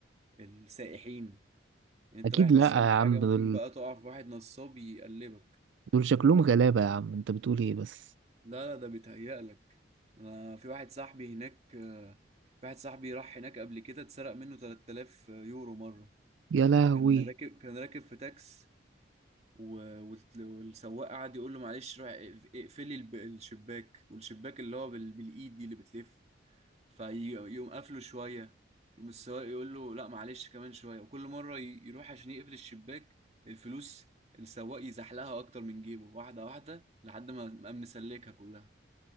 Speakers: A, on the right; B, on the right.
A: السائحين يعني انت
B: اكيد
A: رايح
B: لا
A: مش
B: يا
A: فاهم حاجه
B: عم دول
A: ممكن بقى تقع في واحد نصاب يقلبك
B: دول شكلهم غلابة يا عم انت بتقول ايه بس
A: لا لا ده بيتهيألك أنا في واحد صاحبي هناك في واحد صاحبي راح هناك قبل كده اتسرق منه 3000 يورو مره
B: يا لهوي
A: كان راكب كان راكب في تاكس و- والت- والسواق قعد يقول له معلش روح اقف- اقفلي الب- الشباك والشباك اللي هو بال- بالايد دي اللي بتلف فيقوم قافله شويه يقوم السواق يقول له لا معلش كمان شويه وكل مره ي- يروح عشان يقفل الشباك الفلوس السواق يزحلقها اكتر من جيبه واحده واحده لحد ما ما قام مسلكها كلها